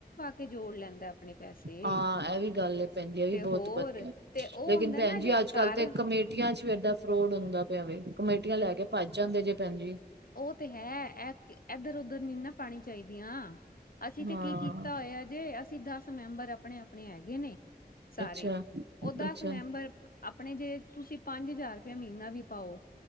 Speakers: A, on the left; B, on the right.
A: ਤੇ ਜੋੜ ਲੈਂਦਾ- ਆਪਣੇ ਪੈਸੇ
B: ਹਾਂ ਐਵੀ ਗੱਲ ਏ ਭੈਣ ਜੀ ਏ ਵੀ
A: ਤੇ
B: ਬੋਤ
A: ਹੋਰ
B: ਵੱਧੀਆ,
A: ਤੇ ਉਹ
B: ਲੇਕਿਨ
A: ਹੁੰਦਾ
B: ਭੈਣ
A: ਨਾ
B: ਜੀ
A: ਜੇ
B: ਅੱਜ- ਕੱਲ੍ਹ
A: ਘਰ
B: ਤਾਂ ਕਮੇ ਕਮੇਟੀਆਂ ਚ ਵੀ ਏਡਾ ਫਰੋਡ ਹੁੰਦਾ ਪੇਆ ਵੇ, ਕਮੇਟੀਆਂ ਲੈ ਕੇ ਭੱਜ ਜਾਂਦੇ ਜੇ ਭੈਣ ਜੀ।
A: ਓ ਤੇ ਹੈ, ਐ ਕੀ ਏਧਰ -ਓਧਰ ਨੀ ਨਾ ਪਾਣੀ ਚਾਈਦੀਆਂ। ਅਸੀਂ ਤੇ
B: ਹਾਂ
A: ਕੀ ਕੀਤਾ ਹੋਏਆ ਜੇ ਅਸੀਂ ਦਸ ਮੈਂਬਰ ਆਪਣੇ- ਆਪਣੇ ਹੈਗੇ ਨੇ। ਸਾਰੇ,
B: ਅੱਛਾ
A: ਓ ਦਸ
B: ਅੱਛਾ
A: ਮੈਂਬਰਸ ਆਪਣੇ ਜੇ ਤੁਸੀਂ ਪੰਜ ਹਜ਼ਾਰ ਰੁਪਏਆ ਮੀਨਾ ਵੀ ਪਾਓ,